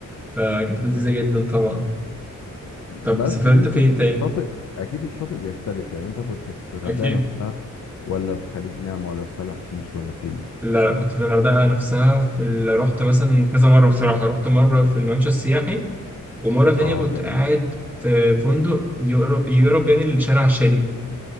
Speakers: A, in the centre; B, on the left.
A: فكانت لذيذة جدا طبعا
B: بس
A: طب سافرت
B: يمكن
A: فين تاني؟
B: الشاطئ اكيد الشاطئ بيختلف يعني انت كنت في الغردقه
A: أكيد
B: نفسها ولا في خليج نعمه ولا في سهل حشيش ولا فين
A: لا لا كنت في الغردقة نفسها في ال... رحت مثلا كذا مرة بصراحة رحت مرة في الممشى السياحي ومرة تانية
B: اه
A: كنت
B: جميل
A: قاعد في فندق يقرب يقرب يعني لشارع الشريف